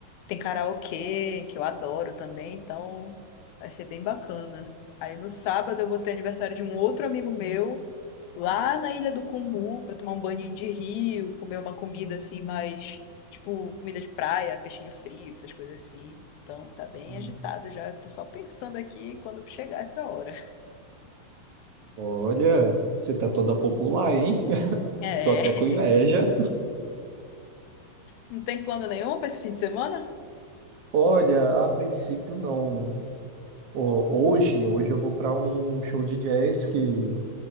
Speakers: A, on the left (about 80°); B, on the right (about 70°).
A: Tem karaokê, que eu adoro também, então vai ser bem bacana. Aí no sábado eu vou ter aniversário de um outro amigo meu, lá na Ilha do Cumbu, para tomar um banho de rio, comer uma comida assim, mais, tipo, comida de praia, peixinho frito, essas coisas assim. Então tá bem
B: Hum.
A: agitado já, tô só pensando aqui quando chegar essa hora.
B: Olha, você tá toda popular, hein? <laughs>
A: É.
B: Tô até com inveja.
A: Não tem plano nenhum para esse fim de semana?
B: Olha, a princípio não. Ho- Hoje, hoje eu vou para um show de jazz que